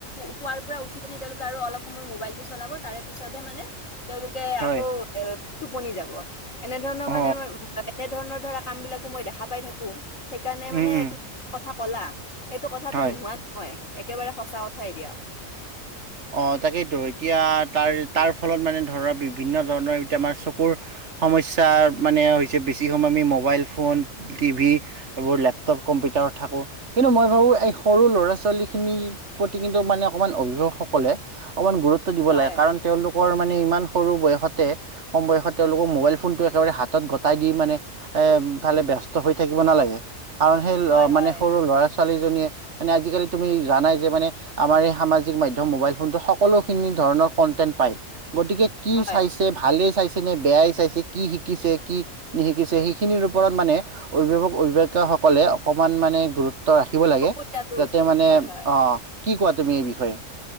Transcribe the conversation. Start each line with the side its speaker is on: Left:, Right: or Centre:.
Left: শুৱাৰ পৰা উঠি পিনে তেওঁলোকে আৰু অলপ সময় মোবাইলটো চলাব, তাৰে পিছতহে মানে তেওঁলোকে
Right: হয়
Left: আকৌ এ টোপনি যাব। এনে ধৰণৰ
Right: অ
Left: মানে এনেধৰণৰ ধৰা কাম বিলাকো মই দেখা পাই থাকো, সেইকাৰণে
Right: উম
Left: মানে
Right: উম
Left: তুমি কথা কলা। সেইটো কথাটো
Right: হয়।
Left: নোহোৱা নহয়, একেবাৰে সঁচা কথাই দিয়া।
Right: অ' তাকেইতো এতিয়া তাৰ তাৰ ফলত মানে ধৰা বিভিন্ন ধৰণৰ এতিয়া আমাৰ চকুৰ সমস্যা মানে হৈছে বেছি সময় আমি মোবাইল ফোন, টিভি। এইবোৰ লেপটপ, কম্পিউটাৰত থাকো। কিন্তু মই ভাবো এই সৰু ল'ৰা-ছোৱালী খিনিৰ প্ৰতি কিন্তু মানে অকমান অভিভাৱক সক কলে অকমান গুৰুত্ব দিব
Left: হয়
Right: লাগে। কাৰণ তেওঁলোকৰ মানে ইমান সৰু বয়সতে- কম বয়সত তেওঁলোকক মোবাইল ফোনটো একেবাৰে হাতত গটাই দি মানে এ ফালে ব্যস্ত হৈ থাকিব নালাগে। কাৰণ সেই
Left: হয়
Right: মানে
Left: হয়
Right: সৰু ল'ৰা ছোৱা ছোৱালীজনীয়ে মানে আজিকালি তুমি জানাই যে, মানে আমাৰ এই সামাজিক মাধ্য ম'বাইল ফোনটো সকলোখিনি ধৰণৰ কণ্টেন্ত পায়। গতিকে কি
Left: হয়
Right: চাইছ ভালেই চাইছে নে, বেয়াই চাইছে কি শিকিছে কি নিশিকিছে, সেইখিনিৰ ওপৰত মানে অভিভাৱক-অভিভাৱিকা সকলে অকমান মানে গুৰু ত্ব ৰাখিব লাগে,
Left: চকু দিয়াটো
Right: যাতে
Left: উচিত
Right: মানে
Left: হয় হয়
Right: অ' কি কোৱা তুমি এই বিষয়ে?